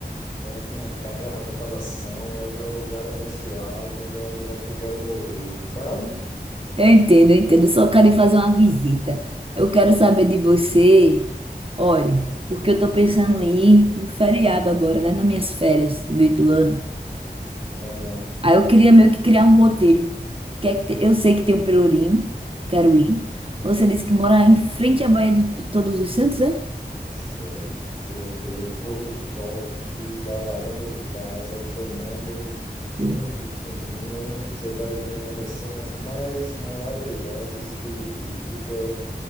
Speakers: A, on the left; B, on the right.
A: é minha terra do coração, é o meu lugar abençoado, é o meu lugar que eu quero morrer, sabe?
B: Eu entendo, eu entendo. Eu só quero ir fazer uma visita. Eu quero saber de você. Olha, porque eu tô pensando em ir no feriado agora, né? Nas minhas férias do meio do ano.
A: Ah,
B: Aí eu queria meio que criar um roteiro. Que é que te- Eu sei que tem um Pelourinho, quero ir. Você disse que mora em frente à Baía de de Todos os Santos, é?
A: Zé, você vai ver um pôr do sol aqui da varanda de casa, tomando
B: Sim.
A: um vinhozinho. Você vai ver uma das cenas mais maravilhosas que existe, que é